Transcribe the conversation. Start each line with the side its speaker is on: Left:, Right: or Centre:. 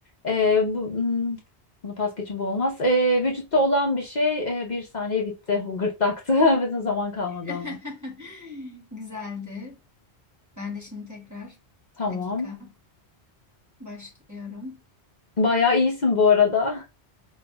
Left: Eee, bu, hmm, bunu pas geçin bu olmaz. Eee, vücutta olan bir şey eee, bir saniye bitti. Bu gırtlaktı. <laughs> Bizim zaman kalmadı
Right: <laughs>
Left: ama.
Right: Güzeldi. Ben de şimdi tekrar
Left: Tamam.
Right: bir dakika başlıyorum.
Left: Bayağı iyisin bu arada.